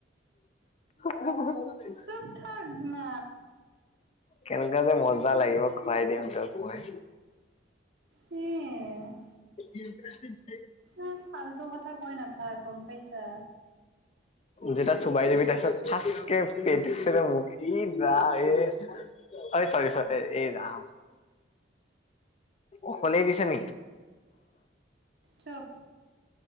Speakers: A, on the left; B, on the right.
A: <inaudible>
B: চুপ থাক না।
A: কেনেকা যে মজা লাগিব খুৱাই দিম তোক মই।
B: উম।
A: ইণ্ট্ৰেষ্টিং। <unintelligible>
B: এ ফাল্টো কথা কৈ নাথাক গম পাইছা।
A: যেতিয়া চোবাই দিবি তাৰপিছত ফাঁচকে পেটছে মোক দা এ অ চৰি-চৰি এ অ, অকলে গেইছে নেকি?
B: চব